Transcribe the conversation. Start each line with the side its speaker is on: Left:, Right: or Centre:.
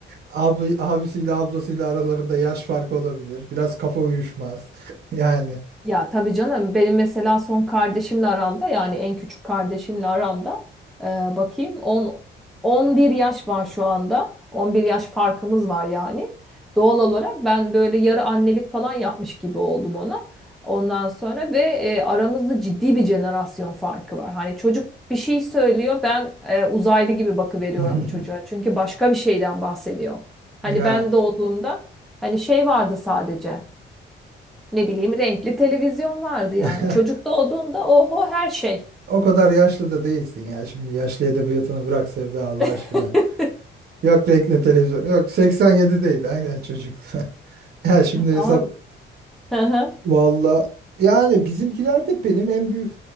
Right: abla, abisiyle ablasıyla aralarında yaş farkı olabilir. Biraz kafa uyuşmaz. <laughs> Yani.
Centre: Ya tabii canım benim mesela son kardeşimle aramda yani en küçük kardeşimle aramda e, bakayım 10 11 yaş var şu anda. 11 yaş farkımız var yani. Doğal olarak ben böyle yarı annelik falan yapmış gibi oldum ona. Ondan sonra ve e, aramızda ciddi bir jenerasyon farkı var. Hani çocuk bir şey söylüyor ben e, uzaylı gibi bakıveriyorum
Right: <laughs>
Centre: çocuğa. Çünkü başka bir şeyden bahsediyor. Hani
Right: Ya
Centre: ben doğduğumda hani şey vardı sadece. Ne bileyim renkli televizyon vardı
Right: <laughs>
Centre: yani. Çocuk doğduğunda oho her şey.
Right: O kadar yaşlı da değilsin ya. Şimdi yaşlı edebiyatını bırak Sevda Allah
Centre: <laughs>
Right: aşkına. Yok renkli televizyon. Yok 87'deydi aynen çocuklar. <laughs> Ya şimdi hesap
Centre: Ama hı hı.
Right: valla yani bizimkilerde benim en büyük